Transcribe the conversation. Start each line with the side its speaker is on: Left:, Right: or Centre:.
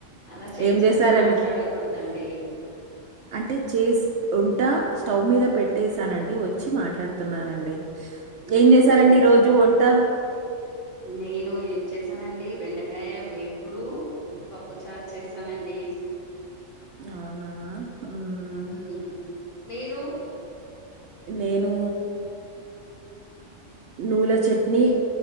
Left: అలా చేసుకుంటూ
Right: ఏం జేశారండి?
Left: మాట్లాడకూడదండి
Right: అంటే చేస్ ఉంటా స్టవ్ మీద పెట్టేసానండి వ వచ్చి మాట్లాడుతున్నానండి ఏం
Left: అవునా
Right: చేశారండి ఈ రోజు వంట
Left: నేను ఏం చేసానండి బెండకాయ వేపుడు పప్పు చారు చేసానండి
Right: అవునా హ్మ్.
Left: హ్మ్మ్ మీరు
Right: నేను నువ్వుల చట్నీ